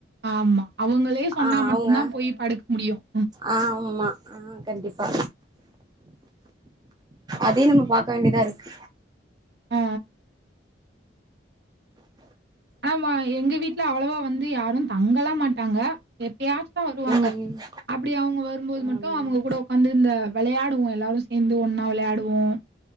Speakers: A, on the right; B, on the right.
A: ஆமா அவங்களே சொன்னா
B: ஆ
A: மட்டு
B: அவங்க
A: தா போய் படுக்க முடியும்
B: ஆ ஆமா ஆ கண்டிப்பா அதே நம்ம பாக்க வேண்டியதா இருக்கு
A: அ ஆமா எங்க வீட்ல அவ்வளவா வந்து யாரும் தங்கலாம் மாட்டாங்க எப்பயாச்சும் தா வருவாங்க
B: ம் ம்
A: அப்டி அவங்க வரும்போது மட்டு
B: ஆம்
A: அவங்க கூட வந்து இந்த வெளையாடுவோம் எல்லாரரு சேந்து ஒன்னா வெளையாடுவோம்